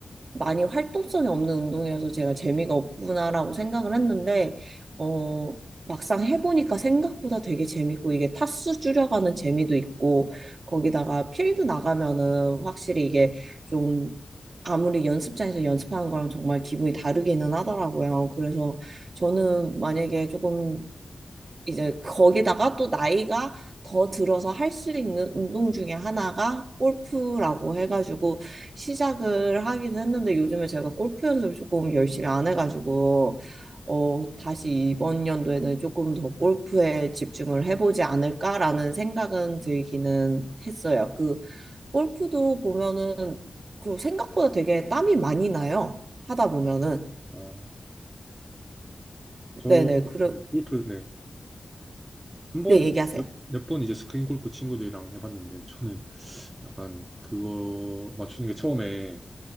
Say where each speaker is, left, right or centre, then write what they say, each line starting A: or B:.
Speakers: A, on the right (about 60°); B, on the right (about 20°).
A: 많이 활동성이 없는 운동이라서 제가 재미가 없구나라고 생각을 했는데, 어, 막상 해보니까 생각보다 되게 재밌고, 이게 타수 줄여가는 재미도 있고, 거기다가 필드 나가면은 확실히 이게 좀 아무리 연습장에서 연습하는 거랑 정말 기분이 다르기는 하더라고요. 그래서 저는 만약에 조금 이제 거기다가 또 나이가 더 들어서 할 수 있는 운동 중에 하나가 골프라고 해가지고 시작을 하긴 했는데 요즘에 제가 골프 연습을 조금 열심히 안 해가지고 어, 다시 이번 연도에는 조금 더 골프에 집중을 해보지 않을까라는 생각은 들기는 했어요. 그 골프도 보면은 그리고 생각보다 되게 땀이 많이 나요. 하다 보면은
B: 아, 저
A: 네네 그래
B: 네, 골프 네. 한 번,
A: 네 얘기하세요.
B: 몇, 몇 번 이제 스크린 골프 친구들이랑 해봤는데, 저는 약간 그거 맞추는 게 처음에